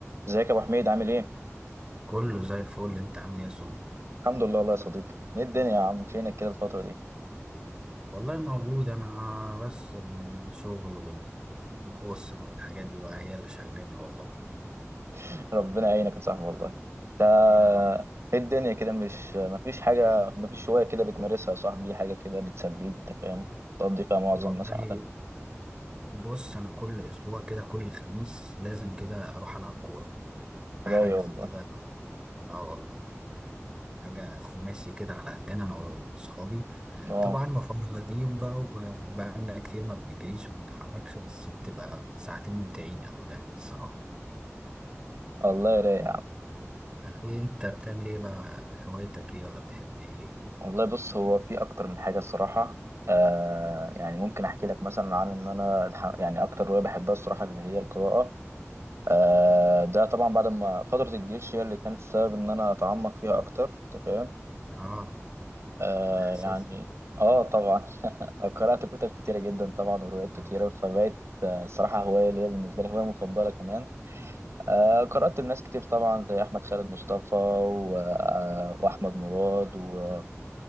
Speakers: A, on the right; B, on the right.
A: ازيك يا ابو حميد عامل ايه
B: كله زي الفل انت عامل ايه يا سون
A: الحمد لله والله يا صديقي ايه الدنيا يا عم فينك كده الفتره دي
B: والله موجود انا بس الشغل وال- والاسره والحاجات دي بقى هي اللي شغلاني والله
A: <laughs> ربنا يعينك يا صاحبي والله انت
B: يا رب
A: ايه الدنيا كده مش مفيش حاجه مفيش هوايه كده بتمارسها يا صاحبي حاجه كده بتسليك انت فاهم تقضي فيها معظم
B: والله
A: مثلا وقتك
B: بص انا كل اسبوع كده كل خميس لازم كده اروح العب كوره حجز
A: رايق والله
B: كده اه والله حاجه خماسي كده على قدنا انا واصحابي
A: اه
B: طبعا مفرهدين بقى وبقالنا كتير ما بنجريش وما بنتحركش بس بتبقى ساعتين ممتعين قوي يعني الصراحه
A: والله رايق يا عم
B: انت بتعمل ايه بقى هوايتك ايه ولا بتحب ايه
A: والله بص هو في اكتر من حاجه الصراحه آه يعني ممكن احكي لك مثلا عن ان انا الح... يعني اكتر هوايه بحبها الصراحه اللي هي القراءه آه ده طبعا بعد ما فتره الجيش هي اللي كانت السبب ان انا اتعمق فيها اكتر انت فاهم
B: اه
A: آه
B: ده اساسي
A: يعني اه طبعا <laughs> قرأت كتب كتيرة جدا طبعا وروايات كتيرة
B: آه.
A: فبقت آه، صراحة هواية ليا بالنسبة لي هواية مفضلة كمان آه قرأت لناس كتير طبعا زي أحمد خالد مصطفى و... آه وأحمد مراد وناس